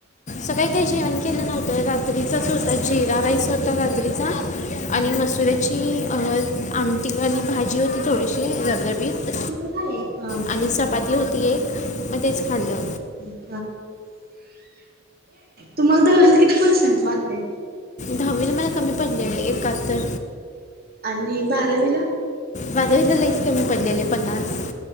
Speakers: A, on the left; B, on the right.
A: सकाळी काय जेवण केलं ना तर रात्रीचच होत जिरा राईस होता रात्रीचा
B: हा
A: आणि मसुऱ्याची अ आमटी आणि भाजी होती थोडीशी रबरबीत
B: <unintelligible> हा
A: आणि चपाती होती एक मग तेच खाल्ल.
B: <unintelligible> तुम्हाला दहावील किती पर्सेंट लागतय
A: दहावीला मला कमी पडलेले एकाहत्तर.
B: आणि बारावीला?
A: बारावीला लइच कमी पडलेले पन्नास